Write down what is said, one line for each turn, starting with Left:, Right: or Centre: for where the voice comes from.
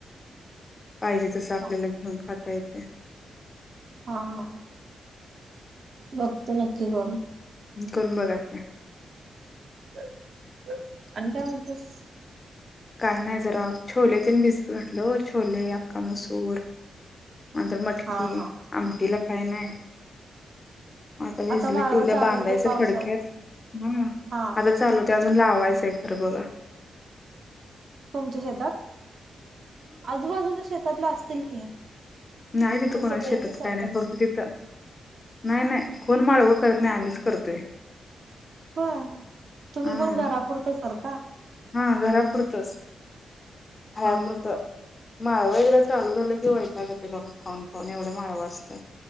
Left: पाहिजे तस आपल्याला
Right: हा
Left: घेऊन खाता येते.
Right: हा हा. <inaudible> बघतो नक्की करून.
Left: करून बघा की.
Right: <unintelligible> आणि काय म्होलतस?
Left: काय नाही जरा छोले ते भिजत घातलं. छोले अक्का मसूर. <inaudible> नंतर मटकी.
Right: हा हा
Left: आमटीला काही नाही. आता भिजले
Right: माळवं
Left: की उद्या
Right: चालू
Left: बांधायच
Right: होते पावसात
Left: फडक्यात. ह
Right: हा
Left: आता चालू ते अजून लावायचंय खरं बघा.
Right: तुमच्या शेतात. <inaudible> आजूबाजूच्या शेतातल असतील की.
Left: नाय तिथं
Right: मग
Left: कोणा
Right: सगळ्यांच
Left: शेतात
Right: संघच
Left: काय नाय. फक्त तिथं नाय नाय कोण माळवं करत नाय. आम्हीच करतोय.
Right: होय <inaudible> तुम्ही
Left: हा
Right: पण घरापुरतं करता?
Left: हा घरापुरतंच. <inaudible> खायापुरतं.
Right: हा हा
Left: माळव एकदा चालू झालं की वैतागक येतो बघा खाऊन खाऊन. एवढं माळवं असतय.